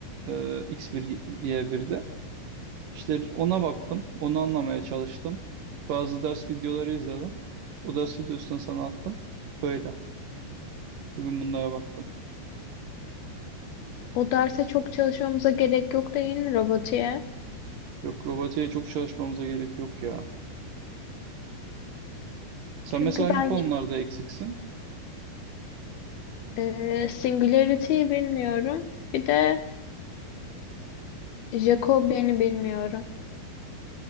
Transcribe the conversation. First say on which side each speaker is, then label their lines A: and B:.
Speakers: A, on the right (about 60°); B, on the left (about 70°).
A: Ee, X1, Y1'de. İşte ona baktım. Onu anlamaya çalıştım. Bazı ders videoları izledim. O ders videosunu sana attım. Böyle. Bugün bunlara baktım.
B: O derse çok çalışmamıza gerek yok değil mi robotiğe?
A: Yok robotiğe çok çalışmamıza gerek yok ya. Sen
B: Çünkü
A: mesela hangi
B: ben
A: konularda eksiksin?
B: e, Singularity'yi bilmiyorum. Bir de Jacobian'i bilmiyorum.